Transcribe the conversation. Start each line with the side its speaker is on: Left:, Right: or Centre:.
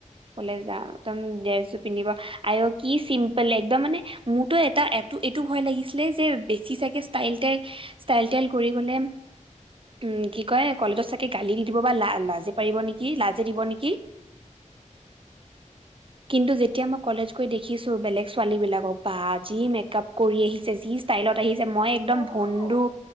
Right: কলেজ যাওঁ, একদম ড্ৰেছজোৰ পিন্ধিব আইঅ' কি চিম্পুল একদম মানে মোৰতো এটা এইটো এইটো ভয় লাগিছিলে যে বেছি চাগে ষ্টাইল টাই ষ্টাইল টাইল কৰি গ'লে উম কি কয় কলেজত চাগে গালি দি দিব, বা লা লাজ পাৰিব নেকি, লাজে দিব
Left: অ
Right: নেকি কিন্তু যেতিয়া মই কলেজ গৈ দেখিছো বেলেগ ছোৱালী বিলাকক, বা
Left: অ
Right: যি মেকাপ কৰি আহিছে, যি ষ্ট ষ্টাইলত আহিছে, মই একদম
Left: ময়ো
Right: ভনদু